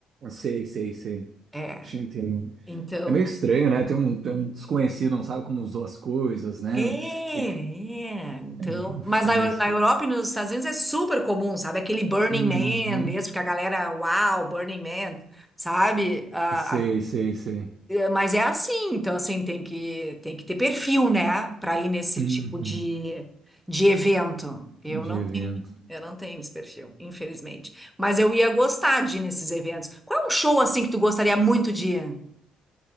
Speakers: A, on the right; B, in the centre.
A: Sei, sei, sei.
B: É.
A: Te entendo.
B: Então.
A: É meio estranho, né? Tem um, tem um desconhecido, não sabe como usou as coisas, né?
B: É,
A: Tem que.
B: é. Então.
A: É, então Fica
B: Mas na,
A: meio
B: Eu-
A: esquisito.
B: na Europa e nos Estados Unidos é super comum, sabe? Aquele Burning
A: Uhum.
B: Man mesmo, que a galera, uau, Burning Man, sabe? Ah,
A: Sei, sei, sei.
B: Mas é assim, então assim, tem que, tem que ter perfil, né, para ir nesse
A: Uhum.
B: tipo de, de evento. Eu
A: De
B: não
A: evento.
B: tenho, eu não tenho esse perfil, infelizmente. Mas eu ia gostar de ir nesses eventos. Qual é um show assim que tu gostaria muito de ir?